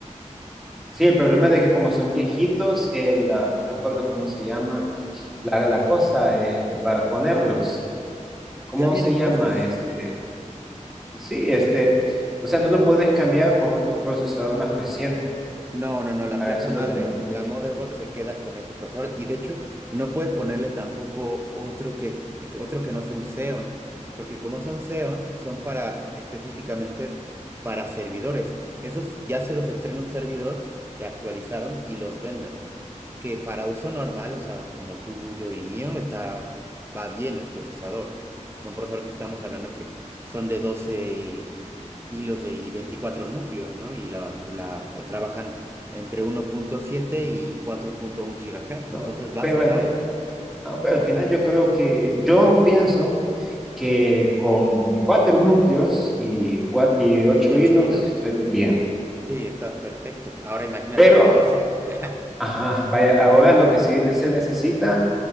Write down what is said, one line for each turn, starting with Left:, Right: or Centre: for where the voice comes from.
Centre: sí, el problema es de que como son viejitos, el, ah, no me acuerdo cómo se llama la, la cosa este, para ponerlos. ¿Cómo
Right: Ya vienen
Centre: se llama
Right: puestos.
Centre: este? Sí, este, o sea, no lo puedes cambiar por otro procesador más reciente.
Right: No, no, no, la
Centre: A
Right: placa
Centre: eso es
Right: madre,
Centre: lo que me refiero.
Right: la motherboard se queda con ese procesador y de hecho no puedes ponerle tampoco otro que, que- otro que no sea un Xeon, porque como son Xeon, son para específicamente para servidores. Esos ya se los estrena un servidor que actualizaron y los venden que para uso normal, o sea, como tuyo y mío, está, va bien el procesador. O sea, son procesadores que estamos hablando que son de 12 hilos de, y 24 núcleos, ¿no? Y la, la, trabajan entre 1.7 y 4.1 gigahertz,
Centre: No,
Right: entonces va
Centre: pero
Right: sobrado.
Centre: al, me- ah, pero al final yo creo que, yo pienso que con cuatro núcleos y, cua- y ocho
Right: ¿Y 8
Centre: hilos
Right: hilos?
Centre: estoy bien.
Right: Sí, estás perfecto. Ahora imagínate
Centre: Pero,
Right: con 12. <laughs>
Centre: ajá, vaya, ahora lo que sí se necesita